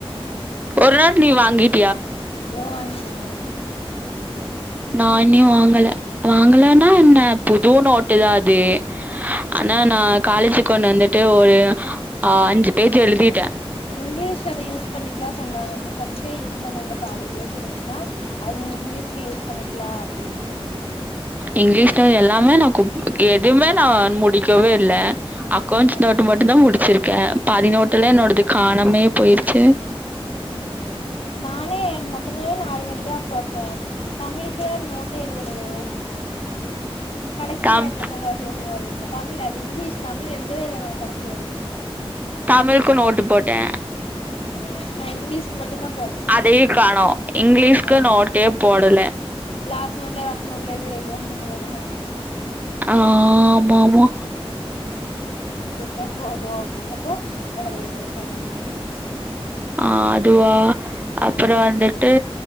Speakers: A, on the right; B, on the left.
A: ஒரு நாள் நீ வாங்கிட்
B: ஓ வாங்கிடேனே
A: நா இன்னியு வாங்கல வாங்கலன்னா என்ன புது நோட்டுதா அது
B: ஆ
A: ஆனா நா காலேஜுக்கு கொண்டு வந்துட்டு ஒரு ஆ அஞ்சு பேஜ் எழுதிட்ட
B: இங்கிலீஷ் அத யூஸ் பண்ணிக்கலா சொன்னாங்க நம்ம ஃபஸ்டே யூஸ் பண்ணதுல பாதி பேஜ் இருன்சுன்னா அது நீங்க இங்லீஷ்க் யூஸ் பண்ணிக்கலா அப்டின்னாங்க
A: இங்லீஷ்ல எல் லாமே நா குப் எதுவுமே நா முடிக்கவே இல்ல அக்கௌண்ஸ்
B: அ
A: நோட்டு மட்டுதா முடி வச்சிருக்கேன் பதினோட்டுல என்னோடது காணமே போயிருச்சு
B: நானே மொத்தமாவே நாலு நோட்டு தா போட்டேன் தமிழுக்கு நோட்டே எழுதலயே கடைசி
A: தம்
B: நேரத்துல உக்காந்து அவசர அவசரமா எழுதுன்ன தமிழ் அது இங்கிலீஷ் தமிழ் எழுதவே இல்ல நான் கடைசியரிக்கும்
A: தமிழுக்கு நோட்டு போட்டேன்
B: ம் நா இங்கிலிஷ்கு மட்டு தா போட்டேன்
A: அதையு காணோ இங்கிலீஷ்க்கு
B: உம்
A: நோட்டே போடல.
B: லாஸ்ட் நோட்ல நோட்ல எழுதி ரைட்டு வாங்குனீங்க தான
A: ஆ ஆமாமா
B: தா போதும் அப்டின்னப்ப கடகடன்னு உக்காந்து எழுதுனே
A: ஆ அதுவா அப்புறம்
B: ஆ
A: வந்துட்டு